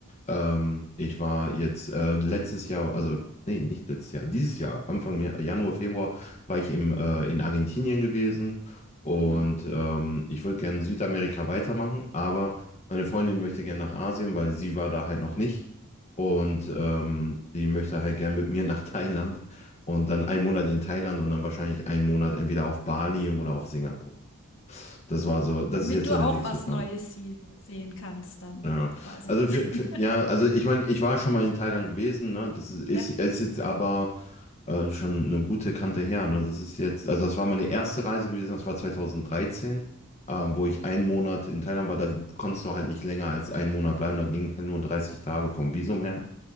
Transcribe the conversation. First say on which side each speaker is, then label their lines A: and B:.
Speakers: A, on the left (about 30°); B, on the left (about 60°).
A: Ähm, ich war jetzt äh, letztes Jahr, also nee, nicht letztes Jahr, dieses Jahr, Anfang Ja- Januar, Februar, war ich im, äh, in Argentinien gewesen und
B: Hm.
A: ähm, ich würde gerne Südamerika weitermachen, aber meine Freundin möchte gerne nach Asien, weil sie war da halt noch nicht und ähm, die möchte halt gerne mit <laughs> mir nach Thailand und dann einen Monat in Thailand und dann wahrscheinlich einen Monat entweder auf Bali oder auf Singapur. Das war so, das
B: Damit
A: ist jetzt
B: du
A: so der
B: auch
A: nächste
B: was
A: Plan.
B: Neues sie sehen kannst dann
A: Ja,
B: quasi.
A: also für,
B: <laughs>
A: für, ja, also ich meine, ich war schon mal in Thailand gewesen, ne? Das ist, ist,
B: Ja.
A: ist jetzt aber äh, schon eine gute Kante her, ne? Das ist jetzt, also das war meine erste Reise gewesen, das war 2013, ähm, wo ich einen Monat in Thailand war, da konntest du halt nicht länger als einen Monat bleiben, da ging halt nur 30 Tage vom Visum her.